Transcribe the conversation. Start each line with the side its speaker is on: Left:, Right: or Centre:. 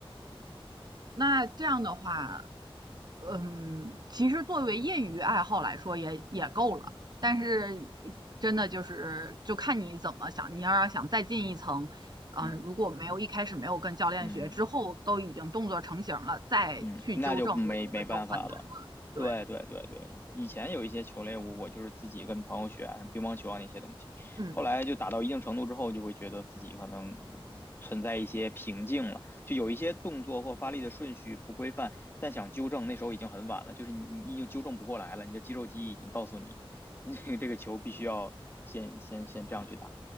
Right: 那这样的话，嗯，其实作为业余爱好来说也也够了，但是真的就是就看你怎么想，你要是想再进一层，嗯，
Left: 嗯
Right: 如果没有一开始没有跟教练学，
Left: 嗯。
Right: 之后都已经动作成型了，再去纠正，
Left: 嗯，那就没没办法了。
Right: 我觉得就很难了。对，
Left: 对对对对，以前有一些球类我我就是自己跟朋友学啊，像乒乓球啊那些东西，
Right: 嗯，
Left: 后来就打到一定程度之后，就会觉得自己可能存在一些瓶颈了，就有一些动作或发力的顺序不规范，但想纠正那时候已经很晚了，就是你你已经纠正不过来了，你的肌肉记忆已经告诉你，<laughs> 这个这个球必须要先先先这样去打。